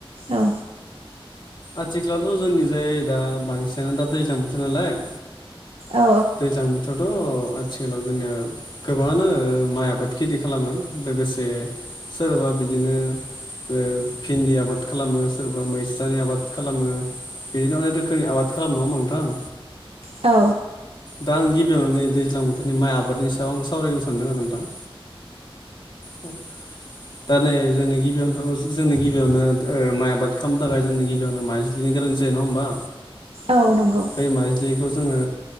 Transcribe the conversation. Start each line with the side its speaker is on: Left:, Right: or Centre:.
Right: औ।
Left: आथिखालावथ' जोंनि जाय दा बांसिनानो दा दैज्लां बोथोर नालाय
Right: औ
Left: दैज्लां बोथोर थ' आथिखालाव जोंनिया गोबाङानो माइ आबाद खेथि खालामो लोगोसे सोरबा बिदिनो ओ भिन्दि आबाद खालामो सोरबा मैस्थानि आबाद खालामो। बिदिनो अनेक रोखोमनि आबाद खालाम नङा होनबा नोंथां?
Right: औ।
Left: दा आं गिबियावनो नै दैज्लां बोथोरनि माइ आबादनि सायाव आं सावरायगोनो सानदों आरो नोंथां। औ। दा नै जोंनि गिबियावनोथ' जोंनि गिबियावनो ओ माइ आबाद खालामनो थाखाय जोंनि गिबियावनो माइ नि गोनां जायो नङा होनबा?
Right: औ नंगौ।
Left: बे माइजलिखौ जोङो